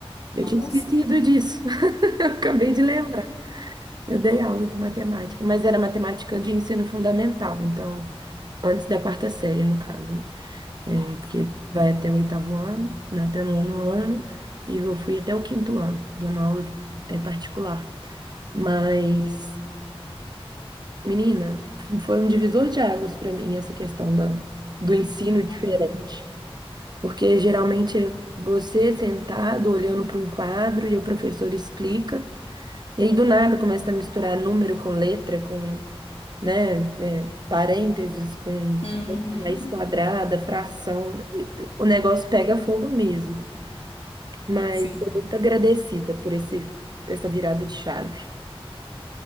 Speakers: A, on the left; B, on the right.
A: Nossa,
B: Eu tinha esquecido disso. <laughs> Acabei de lembrar. Eu dei aula de matemática, mas era matemática de ensino fundamental, então, antes da quarta série, no caso, né? É, porque
A: sim,
B: vai até o oitavo ano, né, até o nono ano, e eu fui até o quinto ano, dando aula de- é, particular. Mas, menina, foi um divisor de águas para mim essa questão da, do ensino diferente.
A: imagino.
B: Porque geralmente é você sentado olhando para um quadro e o professor explica, e aí do nada começa a misturar número com letra, com né, é, parênteses com
A: Uhum.
B: raiz quadrada, fração, o negócio pega fogo mesmo. Mas
A: Sim,
B: estou muito agradecida por esse, essa virada de chave.